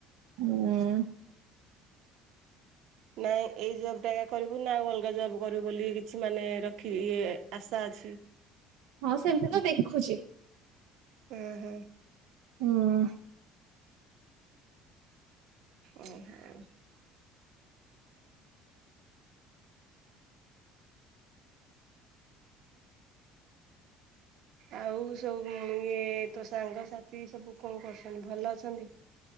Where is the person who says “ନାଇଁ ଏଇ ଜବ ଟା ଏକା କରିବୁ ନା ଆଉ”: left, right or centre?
Right